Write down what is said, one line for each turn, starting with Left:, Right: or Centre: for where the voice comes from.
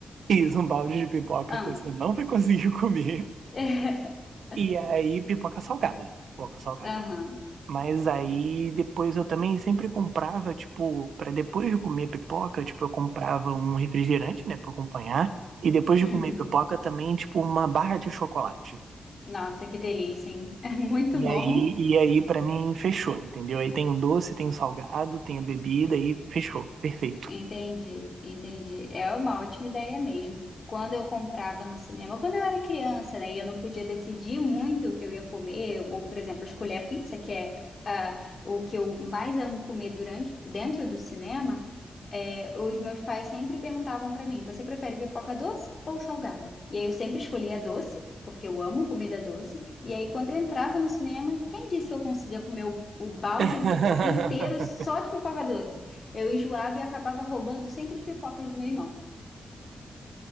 Right: <laughs> isso, um balde de pipoca
Left: Ah.
Right: que você não vai conseguir <laughs> comer.
Left: <laughs>
Right: E aí pipoca salgada, pipoca salgada.
Left: Aham.
Right: Mas aí depois eu também sempre comprava, tipo, para depois de comer pipoca, tipo, eu comprava um refrigerante, né, para acompanhar, e depois
Left: Uhum.
Right: de comer pipoca também, tipo, uma barra de chocolate.
Left: Nossa, que delícia, hein? <laughs> Muito
Right: E
Left: bom.
Right: aí, e aí para mim fechou, entendeu? Aí tem o doce, tem o salgado, tem a bebida e fechou, perfeito.
Left: Entendi, entendi. É uma ótima ideia mesmo. Quando eu comprava no cinema, quando eu era criança, né, e eu não podia decidir muito o que eu ia comer, ou, por exemplo, escolher a pizza, que é ah, o que eu mais amo comer durante, dentro do cinema, é, os meus pais sempre perguntavam para mim: você prefere pipoca doce ou salgada? E aí eu sempre escolhia doce, porque eu amo comida doce. E aí quando eu entrava no cinema, quem disse que eu conseguia comer o, o balde
Right: <laughs>
Left: de pipoca inteiro só de pipoca doce? Eu enjoava e acabava roubando sempre as pipocas do meu irmão.